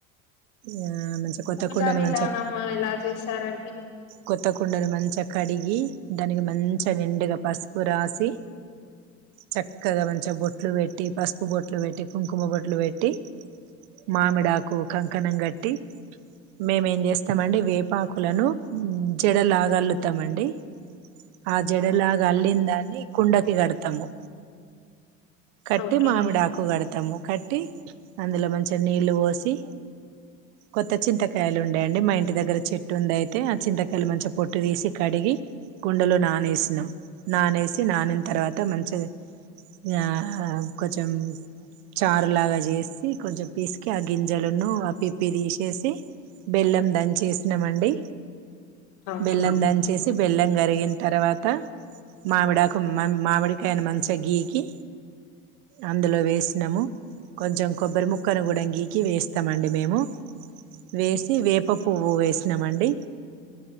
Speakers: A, on the right; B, on the left.
A: ఆ మంచిగా కొత్త
B: పూజా
A: కుండను
B: విధానం
A: మంచిగా
B: ఏలా చేస్తారండి
A: కొత్తకుండది మంచించక్క కాడిగి దానికి మంచిగా నిండుగా పస్ ఉప్పు రాసి చక్కగా మంచిగా బొట్లు పెట్టి పసుపు బొట్లు పెట్టి కుంకుమ బొట్లు పెట్టి మామిడాకు కూ కంకణం గట్టి మేమేం చేస్తామండి వేపాకు లను జడలాగా అల్లుతామండి ఆ జడలాగా అల్లిన దాన్ని కుండకి కడతాము కట్టి
B: ఓకే
A: మామిడాకు కడతాము కట్టి అందులో మంచిగా నీళ్ళు పోసి కొత్త చింతకాయలు ఉండేయండి మా ఇంటి దగ్గర చెట్టు ఉండి అయిటె చితకాయలు మంచీగా పోటు థిసి కడిగి కుండలో నానెసి నానెసి నానినా థారువత్ మంచీగా యా యా కోచం చారులగా చాసి కోచం క గింజలులను ఆ పిప్పి తీసేసి బెల్లం దంచేస్ నమండి
B: ఓకే
A: బెల్లం దాంచేసి బెల్లం కరిగిన తరువాత మామిడి ఆకు మా మామిడి కయాని మంచీగా గికి అందులో వేసినాము కొంచెం కొబ్బరి ముక్కను కూడాంగీకి వేస్తామండి మేము వేసి వేప పువ్వు వేసి అండి